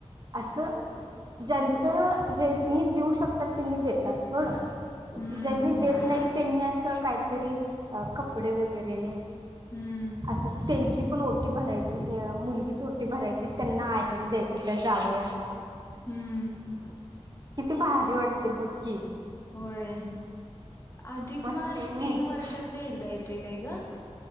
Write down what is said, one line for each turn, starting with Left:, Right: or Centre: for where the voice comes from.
Right: असं ज्यांचं जे नी देऊ शकतात ते नी देतात सोड
Left: हम्म
Right: ज्यांनी देत नाही त्यांनी असं काहीतरी कपडे वगै वगैरे
Left: हम्म
Right: अस त्यांची पण ओटी भरायची, आ मुलगीची ओटी ओटी भरायची त्यांना आहेर द्यायचा, त्या जावयाला
Left: हम्म
Right: किती भारी वाटते बघ कि,
Left: होय, अधिक
Right: मस्त
Left: मास
Right: आहे
Left: तीन
Right: नाही
Left: वर्षात नएकदा येतोय काय ग?